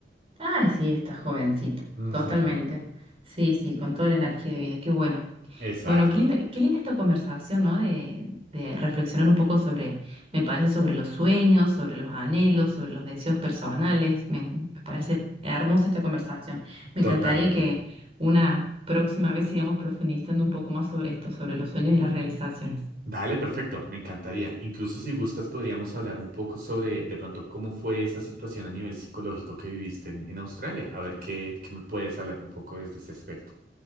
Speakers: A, on the right; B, on the right.
A: Ay, sí, estás jovencito,
B: Ujú,
A: totalmente. Sí, sí, con toda la energía de vida, qué bueno.
B: Exacto.
A: Bueno, qué linda, qué linda esta conversación, ¿no? De, de reflexionar un poco sobre, me parece, sobre los sueños, sobre los anhelos, sobre los deseos personales. Me, en- me parece hermosa esta conversación. Me
B: Totalmente.
A: encantaría que una próxima vez sigamos profundizando un poco más sobre esto, sobre los sueños y las realizaciones.
B: Dale, perfecto, me encantaría. Incluso si gustas, podríamos hablar un poco sobre de pronto cómo fue esa situación a nivel psicológico que viviste en, en Australia. A ver qué, qué me puedes hablar un poco desde ese aspecto.